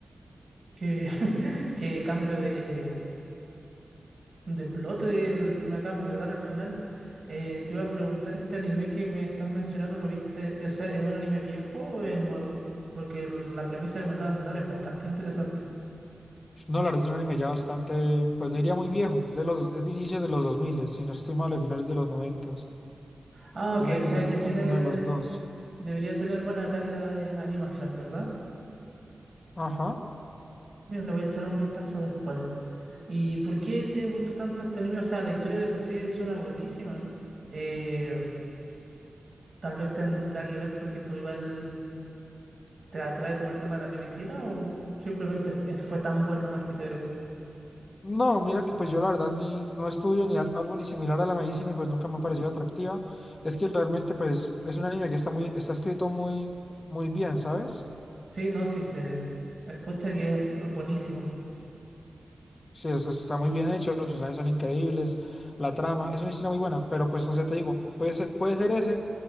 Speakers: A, on the right (about 50°); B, on the left (about 35°).
A: Qué, <laughs> qué cambio de, de plot eh, el que me acabas de dar al final, eh, te iba a preguntar, este anime que me estás mencionando, ¿lo viste? O sea, ¿es un anime viejo o es nuevo? Porque el- la premisa que me acabas de dar es bastante interesante.
B: No, la verdad es un anime ya bastante, pues no iría muy viejo, es de los, es de inicios de los 2000, si no estoy mal, de finales de los 90.
A: Ah,
B: Tiene
A: ok, o
B: que
A: sea
B: ser
A: que
B: de
A: tiene,
B: alguno de los dos.
A: debería tener buena calidad de animación, ¿verdad?
B: Ajá.
A: Mira, le voy a echar un vistazo después. ¿Y por qué te gustó tanto este anime? O sea, la historia de por sí suena buenísima. Eh, tal vez tendrá que ver porque tú igual ¿Te atrae como el tema de la medicina o simplemente es- es- fue tan bueno nomás que te...
B: No, mira que pues yo la verdad ni no estudio ni al- algo, ni similar a la medicina y pues nunca me ha parecido atractiva. Es que realmente pues es un anime que está muy, está escrito muy, muy bien, ¿sabes?
A: Sí, no, sí se escucha que es buenísimo.
B: Sí, es- está muy bien hecho, los personajes son increíbles, la trama, es una historia muy buena, pero pues, o sea, te digo, puede ser, puede ser ese,